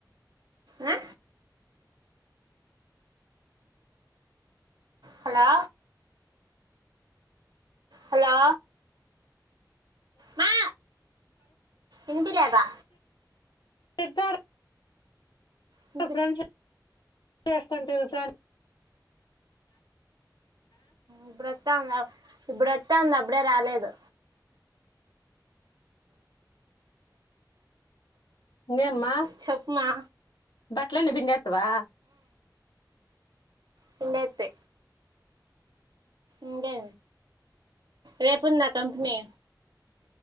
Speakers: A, on the right; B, on the left.
A: ఆ హలో హలో మా ఇనిపిలేదా
B: చెతారు <unintelligible> <inaudible>
A: వినిపి
B: చేసుకుని తిరుగుతూ
A: ఇప్పుడువోత్తాం ఇప్పుడువోత్తాంది అప్పుడే రాలేదు
B: ఇంగ ఏమ్మా
A: చెప్పుమా
B: బట్లన్నీ పిండి ఎత్వా
A: పిండేత్తే ఇంగే రేపుంద కంపేనీ